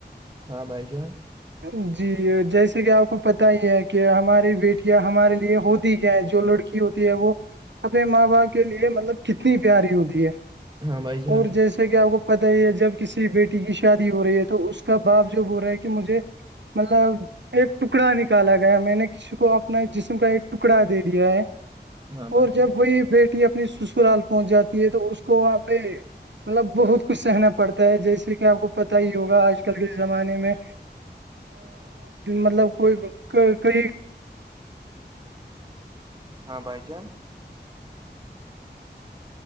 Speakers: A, on the right; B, on the right.
A: ہاں بھائی جان
B: ا جی جیسے کہ آپ کو پتا ہی ہے کہ ہماری بیٹیاں ہمارے لیے ہوتی کیا ہیں جو لڑکی ہوتی وہ اپنے ماں باپ کے لیے مطلب کتنی پیاری ہوتی ہے
A: ہاں بھائی جان
B: اور جیسا کہ آپ کو پتا ہی ہے جب کسی بیٹی کی ش شادی ہو رہی ہے تو اس کا بااب جوب ہو رہا ہے کہ مجھے مطلب ایک ٹکڑا نکالا گیا میں نے کسی کو اپنا جسم کا ایک ٹکڑا دے دیا ہے
A: ہاں بھائی
B: اور
A: جان
B: جب وہی بیٹی اپنی سسرال پہنچ جاتی ہے تو اس کو وہاں پہ مطلب بہت کچھ سہنا پڑتا ہے جیسے کہ آپ کو پتا ہے یوگا آج کل کے زمانے میں مطلب کوئی کئی
A: ہاں بائی جان